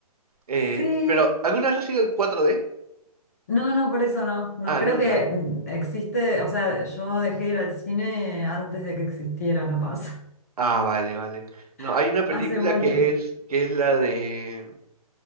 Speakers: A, on the right; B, on the left.
A: Eh,
B: Sí,
A: pero ¿alguna vez has ido al 4D?
B: No, no, por eso no. No,
A: Ah,
B: creo
A: nunca.
B: que mm, existe, o sea, yo dejé de ir al cine antes de que existiera, capaz.
A: Ah, vale, vale. No, hay
B: <laughs>
A: una película
B: Hace mucho.
A: que es, que es la de,